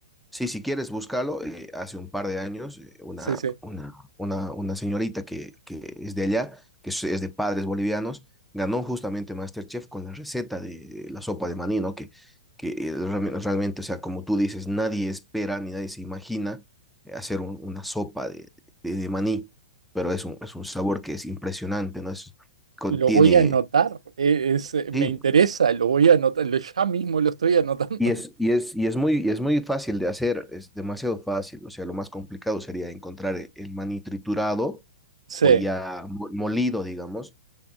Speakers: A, in the centre; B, on the right (about 80°).
A: Sí, si quieres, búscalo. eh, hace un par de años, eh, una,
B: Sí, sí.
A: una, una, una señorita que, que es de allá, que es, es de padres bolivianos, ganó justamente MasterChef con la receta de la sopa de maní, ¿no? Que, que eh, realme- realmente, o sea, como tú dices, nadie espera ni nadie se imagina eh, hacer un- una sopa de, de, de maní, pero es un, es un sabor que es impresionante, ¿no? Es, contiene,
B: Lo voy a anotar, eh, es, eh, me
A: sí,
B: interesa, lo voy a anotar, lo- ya mismo lo estoy anotando.
A: Y es,
B: <laughs>
A: y es, y es muy, y es muy fácil de hacer, es demasiado fácil. O sea, lo más complicado sería encontrar e- el maní triturado
B: Sí,
A: o ya mo- molido, digamos,